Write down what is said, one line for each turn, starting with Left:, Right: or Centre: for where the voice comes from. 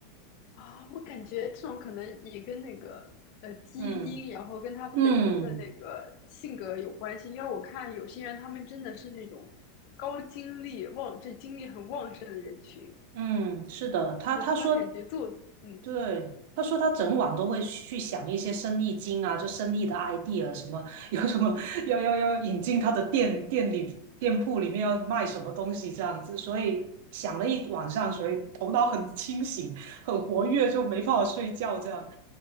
Left: 啊，我感觉这种可能也跟那个呃基因，
Right: 嗯
Left: 然后跟他本人的那个性格有关系。
Right: 嗯
Left: 因为我看有些人，他们真的是那种高精力旺，这精力很旺盛的人群，
Right: 嗯，是的，他他说
Left: 就他们感觉做，嗯
Right: 对，他说他整晚都会去想一些生意经啊，就生意的 idea 什么，<laughs> 有什么要要要引进他的店店里店铺里面要卖什么东西这样子，所以想了一晚上，所以头脑很清醒，很活跃，就没办法睡觉这样。